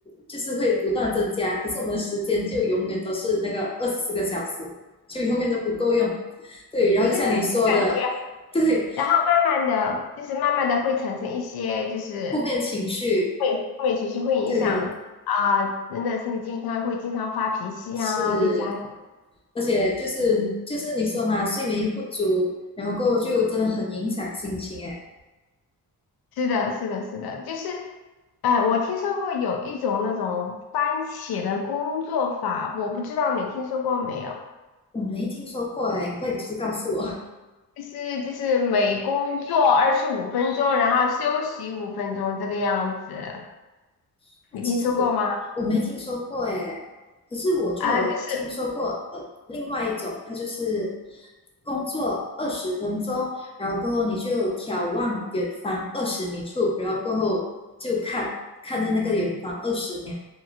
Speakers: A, on the left; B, on the left.
A: 就是会不断增加，可是我们的时间就永远都是那个二十四个小时，就永远都不够用。对，然后就像你说的，
B: 对对对，感觉。
A: 对，
B: 然后慢慢的，就是慢慢的会产生一些就是
A: 负面情绪，
B: 负面负面情绪，会影响啊、
A: 对，
B: 人的身体健康，会经常发脾气啊，
A: 是。
B: 对家人。
A: 而且就是就是你说嘛，睡眠又不足，然后过后就真的很影响心情哎。
B: 是的，是的，是的，就是，哎，我听说过有一种那种番茄的工作法，我不知道你听说过没有？
A: 我没听说过哎，你快就是告诉我。
B: 就是就是每工作二十五分钟，然后休息五分钟这个样子，
A: <laughs>
B: 你听说过吗？
A: 其实我没听说过哎，可是我就有听说过呃，
B: 啊，就是
A: 另外一种，它就是工作二十分钟，然后过后你就眺望远方二十米处，然后过后就看看着那个远方二十秒，